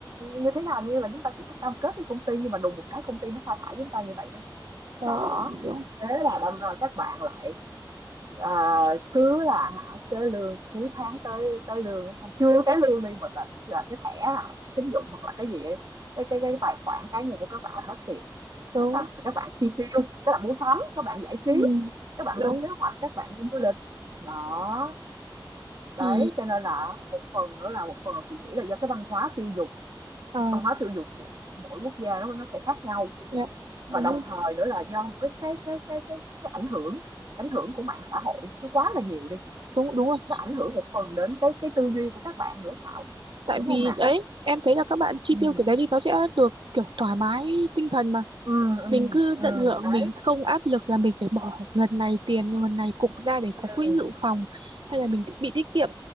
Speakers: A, on the right (about 55°); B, on the right (about 75°).
A: như thế nào như là chúng ta cũng có cam kết với công ty nhưng mà đùng một cái công ty nó sa thải chúng ta như vậy đó
B: Đó,
A: đó
B: đúng.
A: thế là đâm ra các bạn lại Ờ, cứ là hả tới lương cuối tháng tới tới lương đúng không chưa tới lương đi mình là, là cái thẻ là thẻ tín dụng hoặc là cái gì ấy, cái cái cái tài khoản cá nhân của các bạn là hết tiền
B: Đúng.
A: là sao là các bạn chi tiêu các bạn mua sắm các bạn giải trí
B: Ừ,
A: các bạn
B: đúng
A: lên kế hoạch các bạn đi du lịch đó đấy
B: thì
A: cho nên là một phần nữa là một phần là chị nghĩ là do cái văn hóa tiêu dùng
B: ờ,
A: văn hóa tiêu dùng của, của mỗi quốc gia nó nó sẽ khác nhau
B: dạ, đúng
A: và đồng
B: rồi,
A: thời nữa là do một cái cái cái cái cái, cái ảnh hưởng ảnh hưởng của mạng xã hội nó quá là nhiều đi
B: đúng đúng rồi
A: nó ảnh hưởng một phần đến cái cái tư duy của các bạn nữa Thảo,
B: tại
A: đúng không
B: vì
A: nè?
B: đấy em thấy là các bạn chi
A: Ừm,
B: tiêu kiểu đấy thì nó sẽ được kiểu thoải mái tinh thần mà
A: ừm, ừm,
B: mình cứ
A: ừm,
B: tận hưởng
A: đấy,
B: mình không áp lực là mình phải bỏ ngần này tiền ngần này cục ra để có
A: ừm,
B: quỹ dự phòng hay là mình ti- bị tiết kiệm